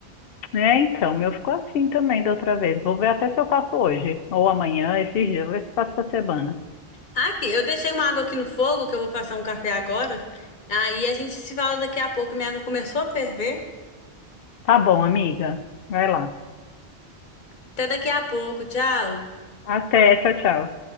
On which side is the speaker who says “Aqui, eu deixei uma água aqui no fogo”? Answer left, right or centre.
Left